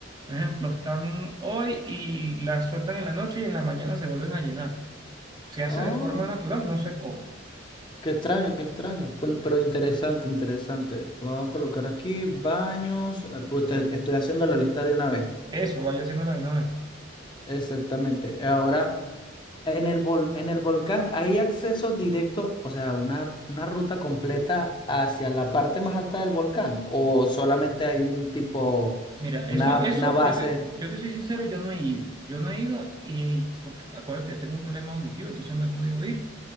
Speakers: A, on the right (about 20°); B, on the left (about 25°).
A: ejemplo, están hoy y las sueltan en la noche y en la mañana se vuelven a llenar. Se hace
B: No,
A: de forma natural, no sé cómo.
B: qué extraño, qué extraño. Pero, pero interesante, interesante. Vamos a colocar aquí baños. Ah, pues te- estoy haciendo la lista de una vez.
A: Eso, vaya haciéndolo de una vez.
B: Exactamente. Ahora, en el vol- en el volcán hay acceso directo, o sea, una, una ruta completa hacia la parte más alta del volcán. O solamente hay un tipo,
A: Mira,
B: una,
A: eso, eso,
B: una base.
A: yo te, yo te soy sincero, yo no he ido. Yo no he ido y, porque acuérdate, yo tengo un problema auditivo, entonces no he podido ir,